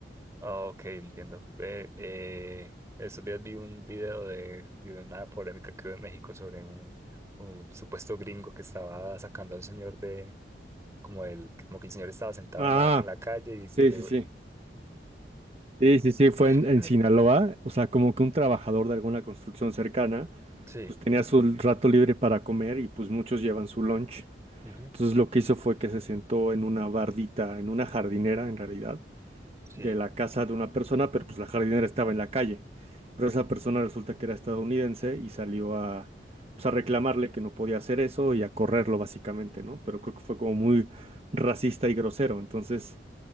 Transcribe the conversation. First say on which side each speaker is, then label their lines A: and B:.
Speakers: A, on the right (about 15°); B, on the right (about 35°).
A: Ah, ok, entiendo. Ve, eh, estos días vi un video de, de una polémica que hubo en México sobre un, un supuesto gringo que estaba sacando al señor de, como el, como que el señor estaba sentado
B: Ah,
A: en la, en la calle y
B: sí,
A: que llegó.
B: sí, sí. Sí, sí, sí, fue
A: <laughs>
B: en, en Sinaloa, o sea, como que un trabajador de alguna construcción cercana,
A: Sí,
B: pues tenía su rato libre para comer y pues muchos llevan su lunch.
A: ujú,
B: Entonces lo que hizo fue que se sentó en una bardita, en una jardinera en realidad,
A: sí,
B: de la casa de una persona, pero pues la jardinera estaba en la calle. Pero esa persona resulta que era estadounidense y salió a, pues, a reclamarle que no podía hacer eso y a correrlo básicamente, ¿no? Pero creo que fue como muy racista y grosero. Entonces,